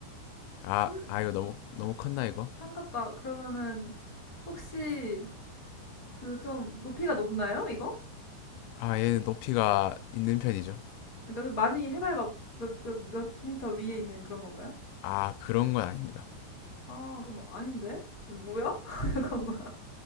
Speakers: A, on the left; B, on the left.
A: 아,
B: 삼,
A: 아, 이거 너무, 너무 컸나, 이거?
B: 삼 같다 그러면은 혹시 그 좀 높이가 높나요, 이거?
A: 아, 얘는 높이가 있는 편이죠.
B: 그러니까 좀 많이 해발 막 몇, 몇, 몇 미터 위에 있는 그런 건가요?
A: 아, 그런 건 아닙니다.
B: 아, 그럼 아닌데? 뭐야? <laughs> 잠깐만.